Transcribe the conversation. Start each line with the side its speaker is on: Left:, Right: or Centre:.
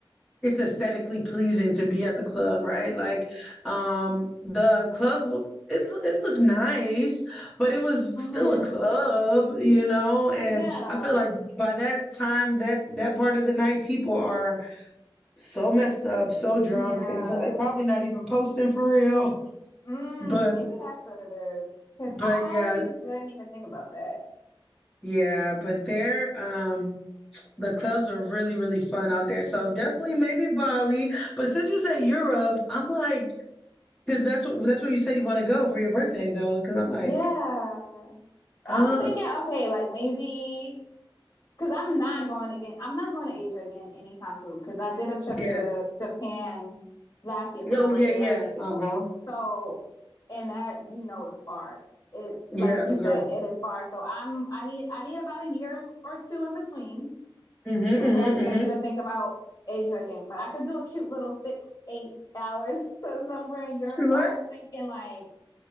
Centre: it's aesthetically pleasing to be at the club, right? Like um the club it it looked nice, but it was
Left: Mm-hmm.
Centre: still a club, you know, and
Left: Yeah.
Centre: I feel like by that time that that part of the night people are so messed up, so drunk,
Left: Yeah.
Centre: and so they're probably not even posting for real. <laughs>
Left: Mm,
Centre: But
Left: maybe that's what it is. Because
Centre: but
Left: I
Centre: yeah,
Left: didn't even think about that.
Centre: Yeah, but there, um, the clubs are really, really fun out there. So definitely maybe Bali. But since you say Europe, I'm like, because that's what that's where you say you want to go for your birthday though. Because I'm like,
Left: Yeah. I
Centre: uh,
Left: was thinking, okay, like maybe Because I'm not going again. I'm not going to Asia again anytime soon. Because I did a trip
Centre: yeah,
Left: to Japan last year for
Centre: oh
Left: my birthday
Centre: yeah, yeah,
Left: last year.
Centre: uh-huh,
Left: So, and that you know is far. It like
Centre: yeah,
Left: you
Centre: a girl.
Left: said, it is far. So I'm I need I need about a year or two in between
Centre: Mm-hmm,
Left: before
Centre: mm-hmm,
Left: I
Centre: mm-hmm.
Left: can even think about Asia again. But I could do a cute little six, eight hours <laughs> to somewhere in Europe.
Centre: Right?
Left: So I was thinking like